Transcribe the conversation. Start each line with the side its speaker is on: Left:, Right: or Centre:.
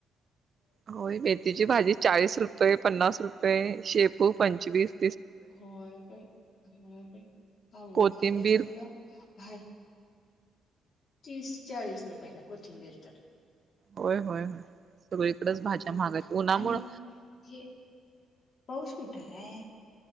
Right: होय मेथीची भाजी चाळीस रुपये पन्नास रुपये शेपू पंच्चवीस
Left: होय का होय अघर
Right: कोथिंबीर
Left: झालं सगळ भा तीस चाळीस रुपयाला कोथिंबीर तर.
Right: होय होय होय सगळीकडेच भाज्या
Left: हम्म
Right: महागाय आहेत उन्हामुळ
Left: आणि हे पाऊस कुठं आहे.